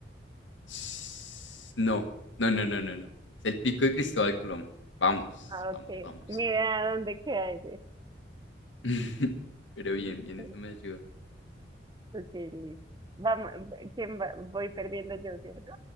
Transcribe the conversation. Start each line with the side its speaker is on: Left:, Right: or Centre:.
Left: s- no, no, no, no, no, no. Es el Pico de Cristóbal Colón. Vamos,
Right: Ah,
Left: vamos,
Right: ok.
Left: vamos.
Right: Mira dónde queda ese.
Left: <laughs> Pero bien,
Right: <laughs>
Left: bien, eso me ayuda.
Right: Ok, listo. Vamos, ¿quién va? Voy perdiendo yo, ¿cierto?